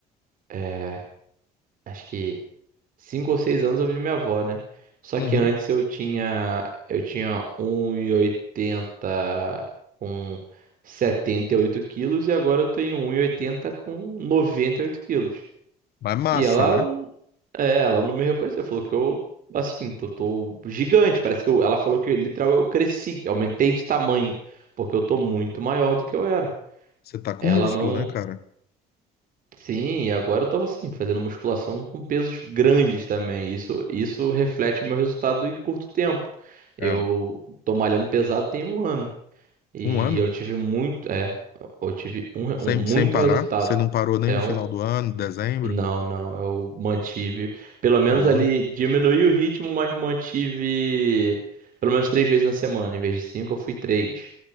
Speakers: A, on the right; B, on the left.
A: é, acho que cinco ou seis anos eu vi minha avó, né? Só
B: Uhum.
A: que antes eu tinha eu tinha um e oitenta com 78 quilos e agora eu tenho um e oitenta com 98 quilos.
B: Mas massa,
A: E ela,
B: né?
A: é, ela não me reconheceu, falou que eu, assim, eu tô gigante, parece que eu, ela falou que literal eu cresci, aumentei de tamanho, porque eu tô muito maior do que eu era.
B: Você tá com
A: Ela
B: músculo,
A: não,
B: né, cara?
A: Sim, e agora eu tô assim, fazendo musculação com pesos grandes também. Isso, isso reflete o meu resultado em curto tempo. Eu
B: É.
A: tô malhando pesado tem um ano e
B: Um ano,
A: eu tive muito, é, eu tive um, re-
B: sem,
A: um- muito
B: sem parar.
A: resultado.
B: Você não parou nem
A: É
B: no
A: um,
B: final do ano, dezembro.
A: não, não, eu mantive, pelo menos
B: Boa,
A: ali diminui o ritmo, mas mantive pelo menos três vezes na semana. Em vez de cinco, eu fui três.